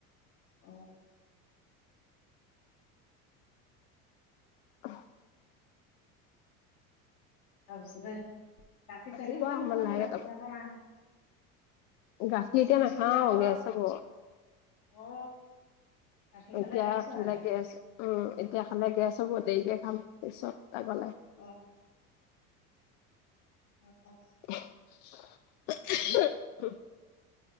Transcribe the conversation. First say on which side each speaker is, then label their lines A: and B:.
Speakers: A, on the left; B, on the left.
A: অ'।
B: অহ।
A: তাৰপিছতে গাখীৰ
B: আহিব
A: চাকী হ'লে
B: আৰু অকমান
A: ভাল আকৌ
B: লাহেকে
A: গাখীৰ
B: তাৰপা।
A: ই‌য়াতে নাই।
B: গাখীৰ এতিয়া নাখাও
A: চাখীৰ আকৌ
B: গেছ হ'ব।
A: অ গাখীৰ
B: এতিয়া
A: খালে গেছ
B: খালে
A: হয়
B: গেছ উ এতিয়া খালে গেছ হ'ব। দেৰিকে খাম পিছত আগলে।
A: অ'। হয় ক'ক।
B: <unintelligible>